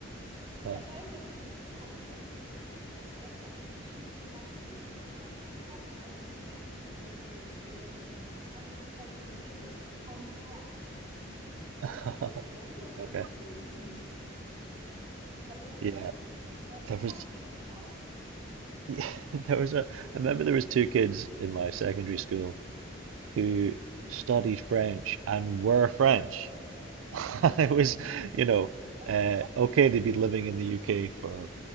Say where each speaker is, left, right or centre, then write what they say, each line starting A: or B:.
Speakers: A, on the right; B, on the right.
A: But
B: But-
A: yeah, so I ended up doing the, the course I wanted to do, but and I could choose a language, and I was such a cop out because I did GCSE German. I just decided to learn German from scratch.
B: <laughs>
A: Well, the first year was a
B: okay
A: breeze. I loved
B: yeah
A: it, but
B: there
A: I can't
B: was
A: speak German now.
B: yeah, <laughs> there was a I remember there was two kids in my secondary school who studied French and were French <laughs> It was, you know,
A: Huh?
B: uh, okay, they would be living in the UK for